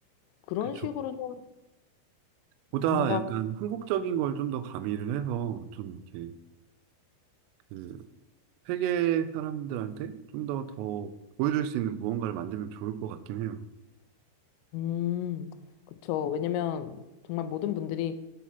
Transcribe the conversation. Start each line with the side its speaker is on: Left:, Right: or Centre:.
Left: 그런
Right: 그쵸.
Left: 식으로 좀
Right: 보다
Left: 뭔가
Right: 약간 한국적인 걸 좀 더 가미를 해서 좀 이렇게 그 세계 사람들한테 좀 더 더 보여줄 수 있는 무언가를 만들면 좋을 것 같긴 해요.
Left: 음 그쵸 왜냐면 정말 모든 분들이